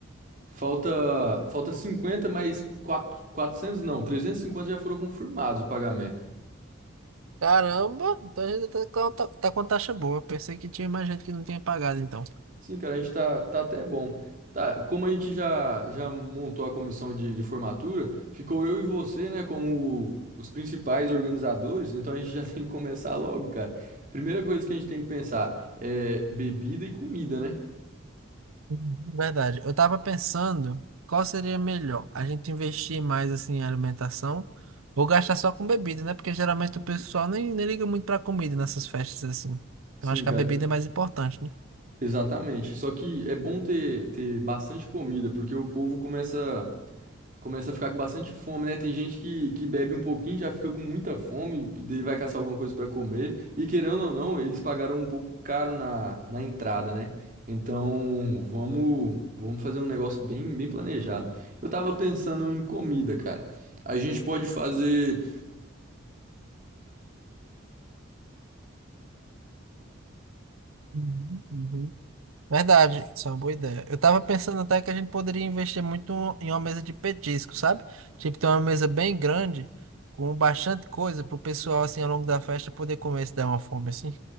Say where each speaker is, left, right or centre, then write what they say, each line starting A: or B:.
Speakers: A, on the right; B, on the right.
A: Falta, falta 50, mas quatro quatrocentos não, 350 já foram confirmados o pagamento.
B: Caramba, então a gente tá, com- tá, tá com taxa boa. Eu Pensei que tinha mais gente que não tinha pagado, então.
A: Sim, cara, a gente tá, tá até bom. Tá, como a gente já, já montou a comissão de, de formatura, ficou eu e você, né, como os principais organizadores, então a gente já <laughs> tem que começar logo, cara. Primeira coisa que a gente tem que pensar é bebida e comida, né?
B: Uhum. Verdade. Eu tava pensando qual seria melhor, a gente investir mais assim em alimentação ou gastar só com bebida, né? Porque geralmente o pessoal nem, nem liga muito pra comida nessas festas assim. Então
A: Sim,
B: acho que
A: cara,
B: a bebida é mais importante, né?
A: exatamente. Só que é bom ter, ter bastante comida, porque o povo começa Começa a ficar com bastante fome, né? Tem gente que, que bebe um pouquinho, já fica com muita fome, e daí vai caçar alguma coisa pra comer. E querendo ou não, eles pagaram um pouco caro na, na entrada, né? Então, vamos, vamos fazer um negócio bem, bem planejado. Eu tava pensando em comida, cara. A gente pode fazer.
B: Uhum, uhum. Verdade, isso é uma boa ideia. Eu tava pensando até que a gente poderia investir muito em uma mesa de petisco, sabe? Tipo, ter uma mesa bem grande, com bastante coisa pro pessoal, assim, ao longo da festa poder comer se der uma fome, assim.